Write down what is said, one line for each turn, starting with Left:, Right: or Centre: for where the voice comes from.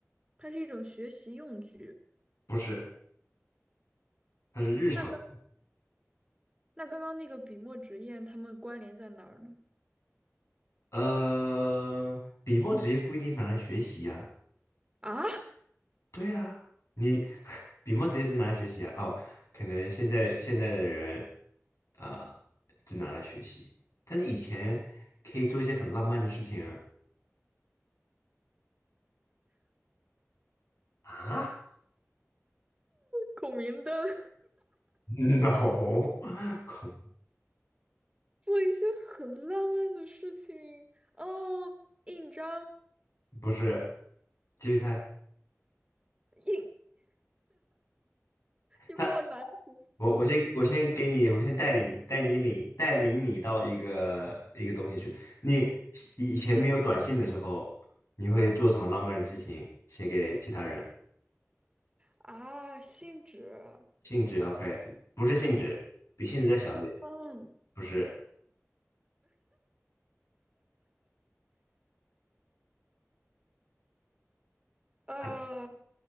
Right: 它是一种学习用具。
Left: 不是，它是日常的，
Right: 那刚那刚刚那个笔墨纸砚，它们关联在哪儿呢？
Left: 呃，笔墨纸也不一定拿来学习呀、
Right: 啊？
Left: 对啊，你 <laughs> 笔墨直接是拿来学习啊？哦，可能现在现在的人啊、只拿来学习，但是以前可以做一些很浪漫的事情啊。啊
Right: 孔明灯，
Left: <laughs> No，恐
Right: <laughs> 做一些很浪漫的事情哦。印章，
Left: 不是，继续猜。
Right: 印，你把我难死算了
Left: 那我我先我先给你，我先带领带你领带领你到一个一个东西去。你以以前没有短信的时候，你会做什么浪漫的事情写给其他人？
Right: 啊！信纸、
Left: 性质 OK，不是性质，比性质再小一点，
Right: 信封，
Left: 不是，
Right: 呃，
Left: <laughs>